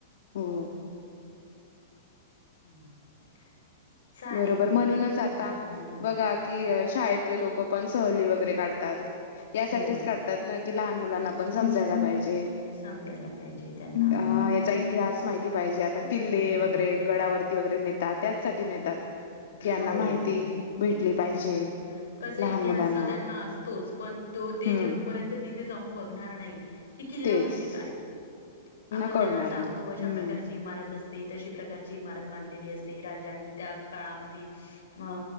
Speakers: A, on the left (about 70°); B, on the left (about 90°).
A: हो.
B: <inaudible> चालेल
A: बरोबर
B: मग
A: म्हणूनच आता
B: हम्म
A: बघा कि शाळेतले लोक पण सहली वगैरे काढतात यासाठीच
B: हो
A: काढ तात की लहान मुलांना पण समजायला पाहिजे
B: समजायला पाहिजे त्यांना
A: अ याचा <unintelligible> माहिती पाहिजे आता किल्ले
B: हम्म
A: वगैरे गडावरती वगैरे नेतात त्याचसाठी नेतात. की यांना
B: होव
A: माहिती भेटली पाहिजे
B: तेस कस इतिहास
A: लहान मुलांना
B: त्यांना अस तोच पण तो ते
A: हम्म
B: जेव पर्यंत तिथे जाऊन बघणार नाही की किल्ला
A: तेच
B: म्हणजे काय? आपण
A: कळणार
B: त्यांना सांगतो
A: नाही.
B: अशा
A: हम्म
B: प्रकारची इमारत अस ते तशी प्रकारची इमारत बांधलेली असते राजांनी त्या काळामध्ये. अ